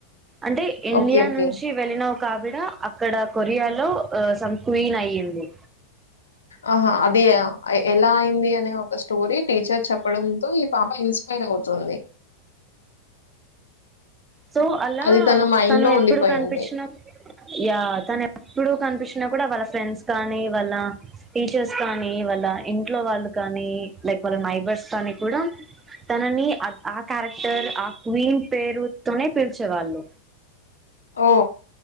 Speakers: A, on the right; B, on the left.
A: అంటే ఇండియా
B: ఓకే ఓకే
A: నుంచి వెళ్ళిన ఒక ఆవిడ అక్కడ కొరియాలో సమ్ క్వీన్ అయ్యింది
B: ఆహా అది ఎలా అయింది అనే ఒక స్టోరీ టీచర్ చెప్పడంతో ఈ పాప ఇన్స్పైర్ అవుతుంది
A: సో అలా
B: అది తన మైండ్
A: తను
B: లో
A: ఎప్పుడు
B: ఉండిపోయింది
A: కనిపించిన యా తను ఎప్పుడు కనిపించ్ పించిన కూడా వాళ్ళ ఫ్రెండ్స్ కానీ వాళ్ళ టీచర్స్ కానీ వాళ్ళ ఇంట్లో వాళ్ళు కానీ లైక్ వాళ్ళ నైబర్స్ తని కూడా తనని ఆ క్యారెక్టర్ ఆ క్వీన్ పేరు తొనె పిల్చెవాళ్ళు
B: ఓ